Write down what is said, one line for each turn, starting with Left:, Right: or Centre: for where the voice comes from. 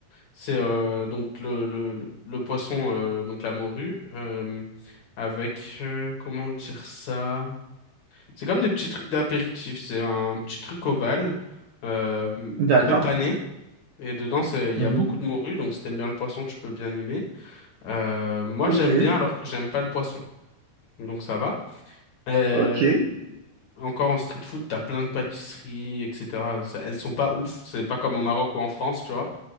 Left: C'est euh, donc le, le, le, le poisson, euh, donc la morue, euh, avec, euh, comment dire ça? C'est comme des petits trucs d'apéritif, c'est un petit truc ovale, euh,
Right: D'accord.
Left: un peu pané, et dedans, c'est, il
Right: Mhm.
Left: y a beaucoup de morue, donc si t'aimes bien le poisson, tu peux bien aimer. Euh, moi,
Right: Ok,
Left: j'aime bien alors que j'aime pas le poisson, donc ça va. Euh,
Right: ok.
Left: encore en street food, t'as plein de pâtisseries, etc. Ça- Elles sont pas ouf, c'est pas comme au Maroc ou en France, tu vois